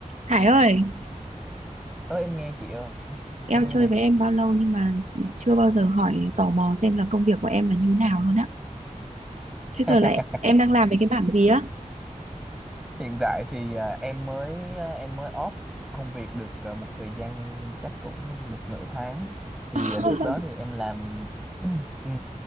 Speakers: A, on the right (about 60°); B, in the centre.
A: Hải ơi,
B: ơ em nghe chị ơi em
A: em
B: nghe
A: chơi
B: nè
A: với em bao lâu nhưng mà chưa bao giờ hỏi tò mò xem là công việc của em là như nào luôn á. Thế
B: <laughs>
A: giờ lại em đang làm về cái bảng gì á?
B: hiện tại thì à, em mới à, em mới off công việc được à, một thời gian chắc cũng được nửa tháng thì
A: <laughs>
B: à, trước đó thì em làm <clears throat> ừ.